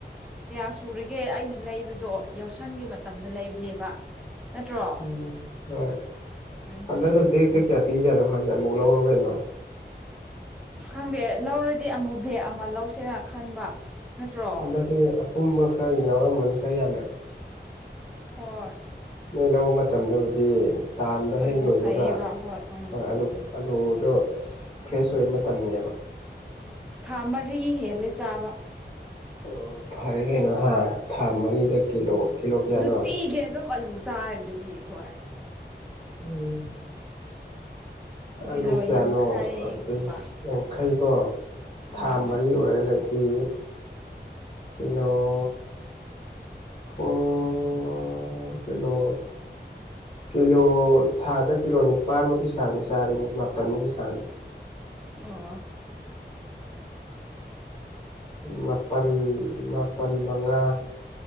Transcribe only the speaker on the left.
ꯎꯝ ꯍꯣꯏ
ꯍꯟꯗꯛꯅ
ꯕꯦꯒꯛꯇ
ꯀꯌꯥ ꯄꯤꯖꯠꯅꫭ ꯈꯪꯗ ꯑꯃꯨꯛ ꯂꯧꯔꫭ ꯀꯩꯅꫭ
ꯍꯟꯗꯗꯤ ꯑꯄꯨꯝꯕ ꯈꯔ ꯌꯥꯎꯔꯝꯕꯅꯤ ꯈꯔ ꯌꯥꯝꯅ
ꯅꯣꯏ ꯂꯧꯕ ꯃꯇꯝꯗꯕꯨꯗꯤ ꯇꯥꯟꯕ
ꯍꯦꯛ ꯂꯣꯏꯕꯒ
ꯍꯣꯏ ꯑꯂꯨ ꯑꯂꯨꯗꯣ
ꯐ꯭ꯔꯦꯁ ꯑꯣꯏꯕ ꯃꯇꯝꯅꯤꯕ
ꯑꯣ ꯐꯔꯦ ꯀꯩꯅꯣ ꯍꯥ ꯊꯥ ꯃꯔꯤꯗ ꯀꯤꯂꯣ ꯀꯤꯂꯣ ꯀꯌꯥꯅꯣ
ꯎꯝ ꯑꯂꯨ
ꯀꯌꯥꯅꯣꯕ
ꯌꯥꯡꯈꯩꯀꯣ
ꯊꯥ ꯃꯔꯤ ꯑꯣꯏꯔꯒꯗꯤ ꯀꯂꯣ ꯑꯣ ꯀꯩꯅꯣ ꯀꯤꯂꯣ ꯊꯥꯗ ꯀꯤꯂꯣ ꯅꯤꯄꯥꯥꯟꯃꯨꯛꯀꯤ ꯁꯥꯥꯡꯅꯤ ꯆꯥꯔꯤꯅꯤ ꯃꯥꯄꯜꯃꯨꯛꯀꯤ ꯁꯥꯥꯡꯅꯤ
ꯃꯥꯄꯜ ꯃꯥꯄꯜ ꯃꯉꯥ